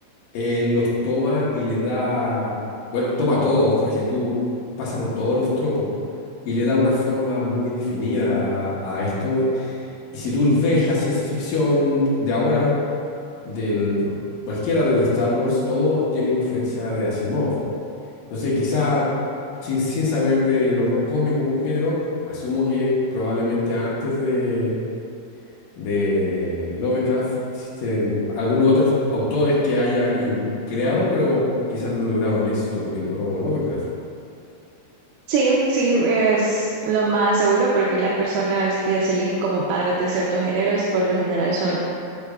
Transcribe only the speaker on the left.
él los toma y le da, bueno, toma todos, porque tú pasas por todos los tropos, y le da una forma muy definida a, a esto. Y si tú ves la ciencia ficción de ahora, del cualquiera de Star Wars, todo tiene influencia de Asimov. Entonces, quizá sin, sin saber del horror cósmico como género, asumo que probablemente antes de, de Lovecraft existen algunos otros autores que hayan im- creado, pero quizás no han logrado el éxito que logró Lovecraft.